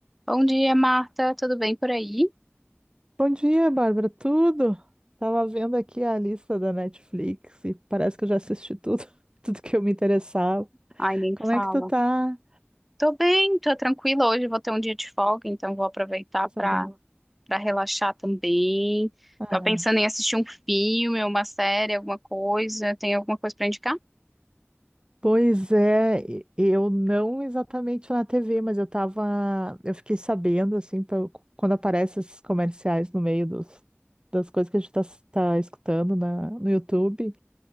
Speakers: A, in the centre; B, on the right.
A: Bom dia, Marta. Tudo bem por aí?
B: Bom dia, Bárbara. Tudo? Tava vendo aqui a lista da Netflix e parece que eu já assisti tudo, <laughs> tudo que eu me interessava.
A: Ai, nem
B: Como
A: fala.
B: é que tu tá?
A: Tô bem, tô tranquila. Hoje vou ter um dia de folga, então vou aproveitar
B: Coisa
A: para
B: boa.
A: para relaxar também.
B: Aham.
A: Tô pensando em assistir um filme, uma série, alguma coisa. Tem alguma coisa para indicar?
B: Pois é, e- eu não exatamente na TV, mas eu tava, eu fiquei sabendo assim, pelo- quando aparecem esses comerciais no meio dos, das coisas que a gente tá, tá escutando na, no YouTube.